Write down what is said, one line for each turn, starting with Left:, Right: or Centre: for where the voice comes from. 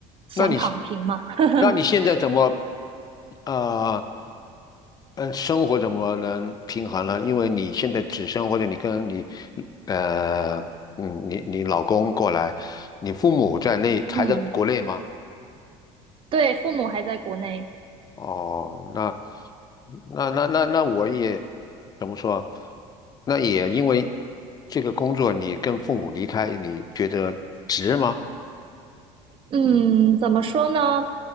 Right: 想躺平嘛。
Left: 那你
Right: <laughs>
Left: 那你现在怎么啊？嗯，生活怎么能平衡呢？因为你现在只生或者你跟你呃嗯你你老公过来，你父母在内还在国内吗？
Right: 嗯，对，父母还在国内。
Left: 哦，那那那那那我也怎么说？那也因为这个工作，你跟父母离开，你觉得值吗？
Right: 嗯，怎么说呢？